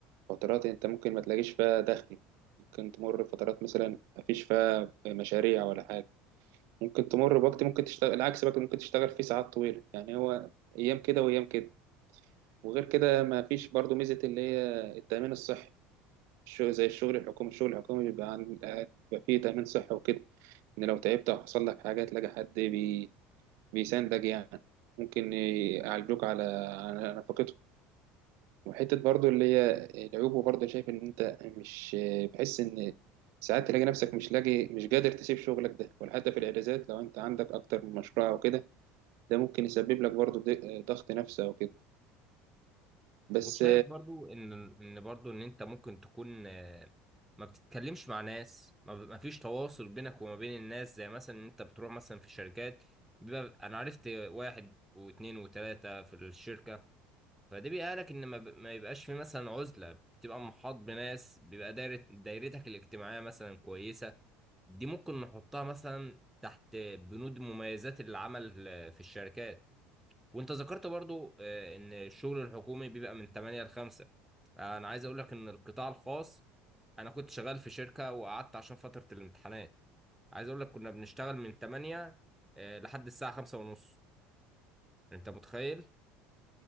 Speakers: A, on the right; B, in the centre.
A: فترات انت ممكن ما تلاقيش فيها دخل ممكن تمر فترات مثلا ما فيش فيها مشاريع ولا حاجة ممكن تمر بوقت ممكن تشتغل العكس بقى ممكن تشتغل فيه ساعات طويلة يعني هو ايام كده وايام كده وغير كده ما فيش برضو ميزة اللي هي التأمين الصحي الشغل زي الشغل الحكومي الشغل الحكومي بيبقى عن آه، بيبقى فيه تأمين صحي وكده إن لو تعبت أو حصل لك حاجة تلاقي حد بي... بيساندك يعني ممكن يعالجوك على على نفقته وحتة برضو اللي هي العيوب برضو شايف إن أنت مش بحس إن ساعات تلاقي نفسك مش لاقي مش قادر تسيب شغلك ده ولا حتى في الإجازات لو أنت عندك أكتر من مشروع أو كده ده ممكن يسبب لك برضو ض- ضغط نفسي أو كده بس
B: وشايف برضو ان ان برضو ان انت ممكن تكون آه، ما بتتكلمش مع ناس ما ب- ما فيش تواصل بينك وما بين الناس زي مثلا ان انت بتروح مثلا في شركات بيبقى انا عرفت واحد واثنين وثلاثة في الشركة فده بيقالك ان ما, ب... ما يبقاش في مثلا عزلة بتبقى محاط بناس بيبقى دايرة دايرتك الاجتماعية مثلا كويسة دي ممكن نحطها مثلا تحت بنود مميزات العمل آه، في الشركات وانت ذكرت برضو آه، ان الشغل الحكومي بيبقى من 8 ل 5 آه، انا عايز اقول لك ان القطاع الخاص انا كنت شغال في شركة وقعدت عشان فترة الامتحانات عايز اقول لك كنا بنشتغل من 8 آه، لحد الساعة 5 ونص انت متخيل